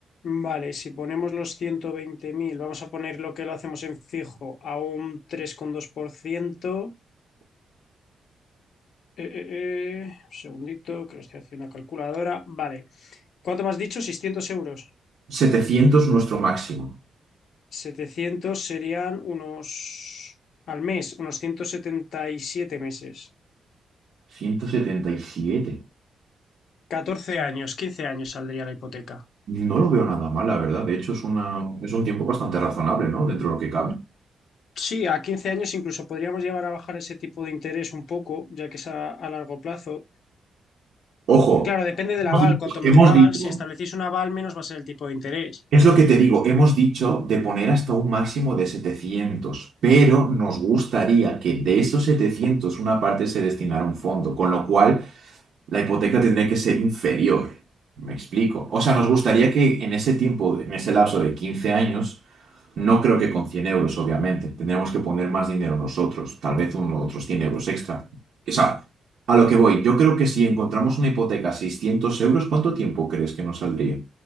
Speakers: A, on the left; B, on the right.
A: Vale, si ponemos los ciento veinte mil vamos a poner lo que lo hacemos en fijo a un 3,2%. Eh, eh, eh, un segundito, que lo estoy haciendo en la calculadora. Vale, ¿cuánto me has dicho? seiscientos euros.
B: setecientos nuestro máximo.
A: setecientos serían unos, al mes, unos 177 meses.
B: ciento setenta y siete
A: catorce años, 15 años saldría la hipoteca.
B: No lo veo nada mal, la verdad. De hecho, es una, es un tiempo bastante razonable, ¿no? Dentro de lo que cabe.
A: Sí, a 15 años incluso podríamos llevar a bajar ese tipo de interés un poco, ya que es a, a largo plazo.
B: Ojo,
A: Claro, depende del aval.
B: y
A: Cuanto mejor
B: hemos
A: aval,
B: dicho,
A: si establecéis un aval, menos va a ser el tipo de interés.
B: es lo que te digo, hemos dicho de poner hasta un máximo de setecientos pero nos gustaría que de esos 700 una parte se destinara a un fondo, con lo cual la hipoteca tendría que ser inferior. ¿Me explico? O sea, nos gustaría que en ese tiempo, de- en ese lapso de 15 años, no creo que con 100 euros, obviamente, tendríamos que poner más dinero nosotros, tal vez unos otros 100 euros extra. O sea, a lo que voy, yo creo que si encontramos una hipoteca a 600 euros, ¿cuánto tiempo crees que nos saldría?